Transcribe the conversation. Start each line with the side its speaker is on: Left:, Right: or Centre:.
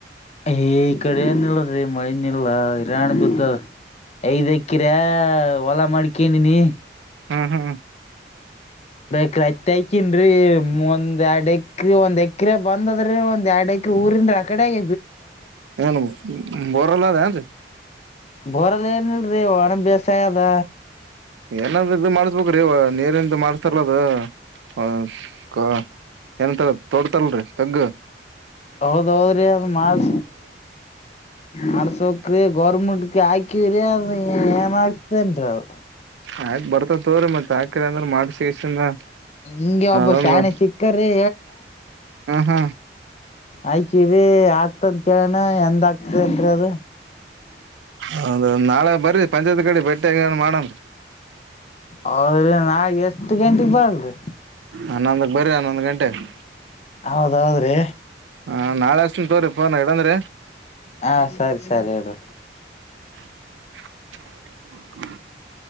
Left: ಈ ಕಡೆಏನ್ ಇಲ್ಲ್ ಮಳೆನ್ಲ್ ಹರಾಣ ಬದ ಐದೈ ಹಾಕ್ಕಿರ ಹೊಲಾ ಮಾಡ ಕಂಡಿನಿ
Right: ಹ್ಮ್ ಹ್ಮ್
Left: ್ರತ್ಕನ್ೀ ಒಂದ್ ಎರಡ್ ಎಕ್ರ ಒಂದ್ ಎಕ್ರ ಬಂದ ಅದ್ರ ಒಂದ ಎರಡ್ ಎಕ್ರ ಊರಿನ್ ಕಡೆಗ
Right: ಏನ್ ಬೋರಲ್ಲ ಅ ಅತ್
Left: ಬೋರಲ್ಲಿ ಏನ ಇಲ್ರರಿ ಒಣ ಬೇಸಾಯ ಅದ
Right: ಏನಾದ್ರ ಇದ ಮಾಡ್ಸ್ಬೇಕ್ರೀ ನೀರಿಂತ ಮಾಡ್ಸ್ತಾರಲದ ಹೌ ಏನಂತಾರ ತೋಡ್ತಲ್ರಿ ತಗ್ಗ
Left: ಹೌದ ಹೌದು್ರೀ ಮಾಲ್ ಮರ್ಸೌಕ್ರ ಗೌರ್ಮೆಂಟ್ಗೆ ಹಾಕಿವ್ರ ಅ ಏನ್ ಆಗ್ತನ್ರಿ ಅ
Right: ಆಯ್ತ್ ಬರ್ತ ತೋ್ರರಿ ಮತ್ ಆಾಕ್ರರಿ ಅಂದ್ರ ಮಾಡಸಿ ಇಷ್ಟಂದ
Left: ಹಿಂಗೆ ಒಬ್ಬ
Right: ಹ್ಮ
Left: ಶಾಣೆ ಸಿಕ್ಕರಿ
Right: ಹಾ
Left: ಆಯಕರಿ ಆಗ್ತಂತ ಕೇಳೋಣ ಎಂದ ಆಗ್ತದಲ್ರಿ ಅದು
Right: ಹೌದ ನಾಳೆ ಬರರಿ ಪಂಚಾಯತ್ ಕಡೆ ಬಟ್ಟಿಯಗ ಏನ್ ಮಾಡನ್್ರರಿ
Left: ಹೌದ್ರಿ ನಾ ಎಷ್ಟ ಗಂಟಗ್ ಬರಲ್ರಿ
Right: ಹನ್ನೊಂದಕ್ ಬರ್ರಿ ಹನ್ನೊಂದ್ ಗಂಟೆಗೆ
Left: ಹೌದಾದ್ರೆ
Right: ಹ ನಾಳೆ ಅಷ್ಟನ್ ತೋ್ರರಿ ೋನ್ ಇಡಂದ್ರೀ
Left: ಹಾ ಸರಿ ಸರಿ ಹೇಳ್ರಿ
Right: ಟಕ್